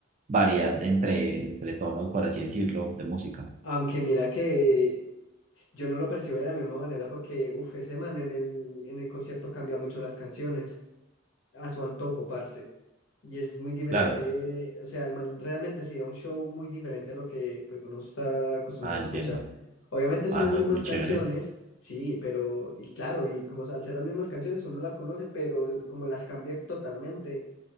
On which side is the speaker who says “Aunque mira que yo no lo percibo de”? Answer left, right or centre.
Left